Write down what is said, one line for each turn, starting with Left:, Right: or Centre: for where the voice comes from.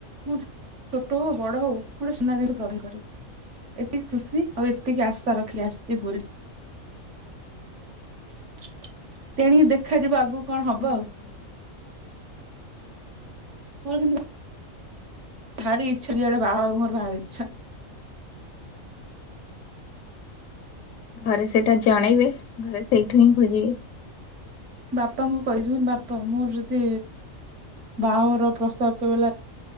Right: ମୁଁ ଛୋଟ ହଉ ବଡ ହଉ ଗୋଟେ ସୁନା ଦେଇ ପ୍ରନ୍ଦ କରିବି ଏତିକି ଖୁସି ଆଉ ଏତିକି ଆଶା ରଖି ଆସିଛି ପୁରୀ <inaudible>
Left: ହୁଁ
Right: ତେଣିକି
Left: ହୁଁ
Right: ଦେଖାଯିବ ଆଗକୁ କଣ ହବ
Left: ବହୁତ
Right: ଆଉ।
Left: ଭଲ
Right: ପରେ କିନ୍ତୁ ଭାର ଇଚ୍ଛା ରିଆଡେ ବାବା ଉମର ଭାର ଇଚ୍ଛା।
Left: ଘରେ ସେଇଟା ଜଣେଇବେ, ଘରେ ସେଇଠୁ ହିଁ ଖୋଜିବେ?
Right: ବାପାଙ୍କୁ କହିବି, ବାପା ମୋର ଯଦି ବାହାଘର ପ୍ରସ୍ତାବ ଗଲା